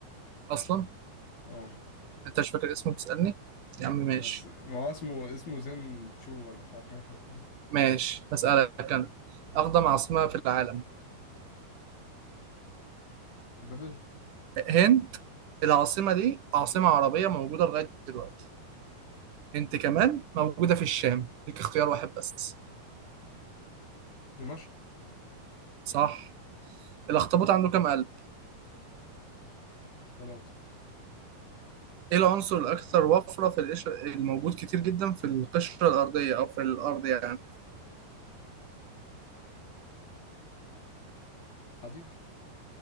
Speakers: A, on the right; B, on the left.
A: اصلا
B: اه
A: انت مش فاكر اسمه بتسالني يا عم ماشي
B: آه، بس- ما هو اسمه اسمه زين شو ولا مش عارف حاجة شبه كده
A: ماشي هسالك انا أقدم عاصمة في العالم
B: بابل
A: هند العاصمة دي عاصمة عربية موجودة لغاية دلوقتي هند كمان موجودة في الشام ليك اختيار واحد بس
B: دمشق
A: صح الأخطبوط عنده كام قلب؟
B: ثلاثة
A: إيه العنصر الأكثر
B: لا
A: وفرة في القشرة الموجود كتير جدا في القشرة الأرضية أو في الأرض يعني؟
B: حديد